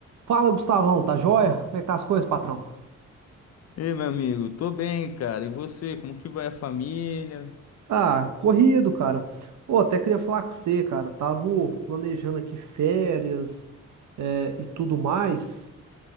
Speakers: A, on the right; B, on the left.
A: Fala, Gustavão, tá joia? Como é que tá as coisas, patrão?
B: Ei, meu amigo, tô bem, cara. E você, como que vai a família?
A: Ah, corrido, cara. Ô, até queria falar com você, cara. Tava planejando aqui férias, eh, e tudo mais.